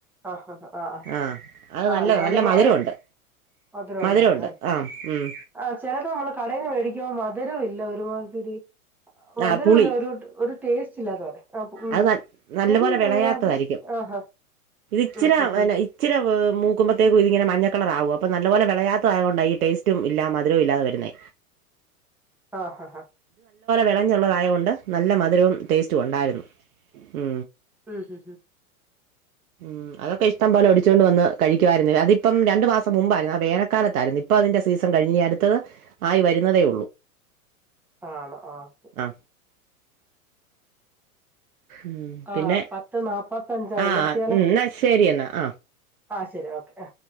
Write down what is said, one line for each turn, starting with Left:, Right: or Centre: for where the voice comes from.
Centre: ആഹ ആഹ് ആാ
Right: ആഹ് അത്
Centre: ആഹ
Right: നല്ലതാ
Centre: നല്ല മ
Right: മധുരമുണ്ട്
Centre: മധുരം
Right: മധുരമുണ്ട്
Centre: ഉണ്ടായത
Right: ആഹ് ഉം
Centre: ആ ചിലത് നമ്മള കടയിന്ന് മേടിക്കുമ്പോ മധുരമ ഇല്ല ഒരുമാത്തിരി മധുരമ
Right: ആഹ് പുളി
Centre: ഇല്ല ഒരു ഒരു ടേസ്റ്റ് ഇല്ലാത്തോടെ ആ ഉ
Right: അത് ന നല്ലപോലെ
Centre: പുളി
Right: വിളയാത്തതായിരിക്കും
Centre: ഒരുപാട് ആഹാ
Right: ഇത് ഇച്ചിരെ
Centre: ഉം ഹ് ഹ്
Right: ഇച്ചിരി മൂക്കുമ്പോത്തേക്കും ഇങ്ങനെ മഞ്ഞക്കള അ നല്ല പോലെ വിളയാത്ത ആയൊണ്ട ഈ ടേസ്റ്റും ഇല്ല മധുരവും ഇല്ലതെ വരുന്നേ
Centre: ആഹ ഹഹ ഹഹ
Right: വിളഞ്ഞുള്ളതായൊണ്ട് നല്ല മധുരവും ടേസ്റ്റും ഉണ്ടായിരുന്നു ഉ
Centre: ആം ഹ ഹ
Right: ഉം അതൊക്കെ ഇഷ്ടം പോലെ ഒടിച്ചൊണ്ട് വന്ന് കഴിക്ക അതിപ്പം രണ്ടു മാസം മുമ്പായിരുന്നു ആ വേനൽക്കാലത്തായിരുന്നു ഇപ്പ അതിന്റെ സീസ കഴിഞ് അട്ത്തത് ആയി വരുന്നതേ ഉള്ളൂ
Centre: ആണോ ആ
Right: ആ
Centre: ഓക്കെ
Right: ഉം.
Centre: ആ
Right: പിന്നെ
Centre: പത്ത് നാപ്പത്തഞ്ചായി
Right: ആ
Centre: നിർത്തിയാലോ
Right: ഉം, എന്നാ ശരി എന്നാൽ ആ
Centre: ആ ശരി ഓക്കെ